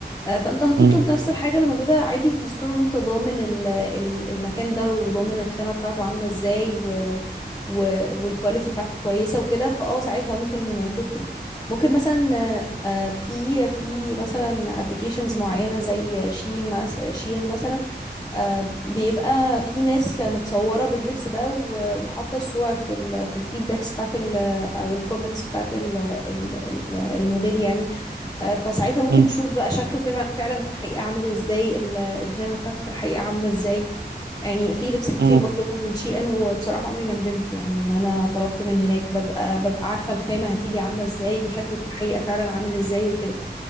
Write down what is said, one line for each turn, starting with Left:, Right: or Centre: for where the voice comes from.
Left: آه، فانت هتطلب
Right: مم.
Left: نفس الحاجة اللي موجودة عادي في الستور وانت ضامن ال- ال- المكان ده وضامن الخامة بتاعته عاملة ازاي و و- والكواليتي بتاعته كويسة وكده فاه ساعتها ممكن تطلب ممكن مثلا آه، آه، في في مثلا ابلكيشنز معينة زي شين مس- شين مثلا آه، بيبقى في ناس متصورة باللبس ده و- وحاطة الصور في ال في الفيدباكس بتاعت ال أو الكومنتس بتاعت ال ال ال الموديل يعني آه، فساعتها ممكن
Right: مم.
Left: تشوف بقى شكله فعلا فعلا في الحقيقة عامل ازاي ال- الخامة بتاعته في الحقيقة عاملة ازاي يعني في لبس كتير
Right: مم.
Left: بطلبه من شي ان وبصراحة عمري ما ندمت يعني ان انا طلبت من هناك ببقى ببقى عارفة الخامة هتيجي عاملة ازاي وشكله في الحقيقة فعلا عامل ازاي وكده